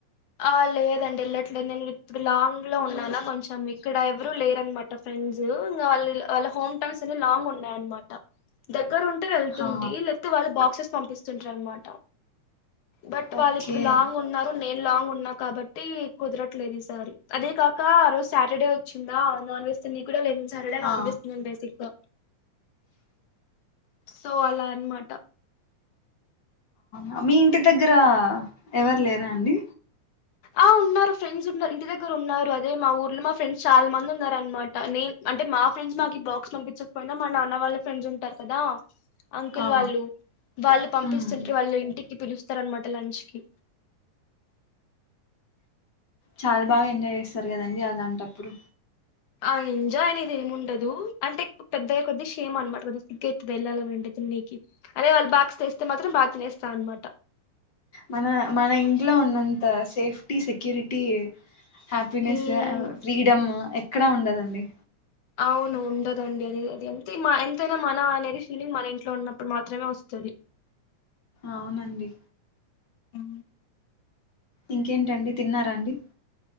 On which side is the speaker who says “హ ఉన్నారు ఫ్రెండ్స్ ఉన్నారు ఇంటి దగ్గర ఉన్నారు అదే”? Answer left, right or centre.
Left